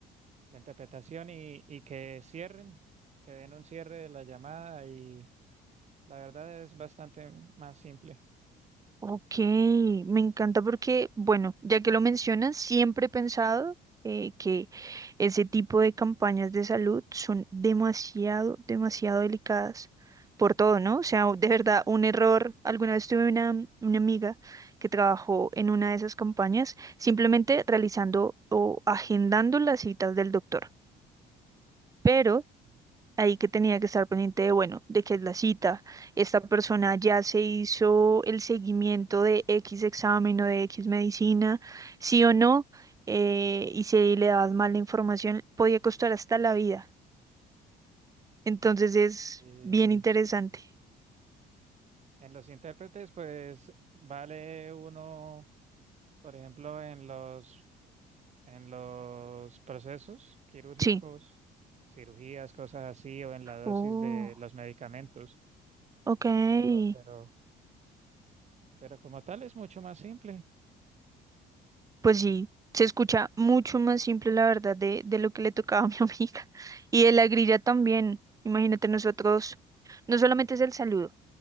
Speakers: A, on the right; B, on the right.
A: la interpretación y, y que cierren, que den un cierre de la llamada y la verdad es bastante más simple.
B: Ok, me encanta porque, bueno, ya que lo mencionas, siempre he pensado eh, que ese tipo de campañas de salud son demasiado, demasiado delicadas por todo, ¿no? O sea, de verdad, un error. Alguna vez tuve una, una amiga que trabajó en una de esas campañas simplemente realizando o agendando las citas del doctor. Pero
A: Y-
B: ahí que tenía que estar pendiente de, bueno, de qué es la cita. Esta persona ya se hizo el seguimiento de X examen o de X medicina, sí o no, eh, y si le dabas mal la información, podía costar hasta la vida. Entonces es
A: y
B: bien interesante.
A: en los intérpretes, pues vale uno, por ejemplo, en los, en los procesos quirúrgicos,
B: Sí.
A: cirugías, cosas así, o en la dosis
B: Oh,
A: de los medicamentos,
B: ok.
A: más que todo, pero, pero como tal es mucho más simple.
B: Pues sí, se escucha mucho más simple, la verdad, de, de lo que le tocaba a mi <laughs> amiga. Y de la grilla también. Imagínate nosotros, no solamente es el saludo.